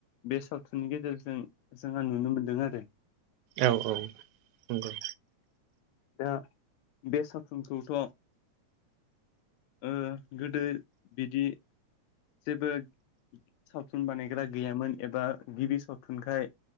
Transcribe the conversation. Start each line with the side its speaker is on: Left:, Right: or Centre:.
Left: बे सावथुननि गेजेरजों जोंहा नुनो मोनदों आरो
Right: औ औ नंगौ
Left: दा बे सावथुनखौथ' ओ गोदो बिदि जेबो सावथुन बानायग्रा गैयामोन एबा गिबि सावथुनखाय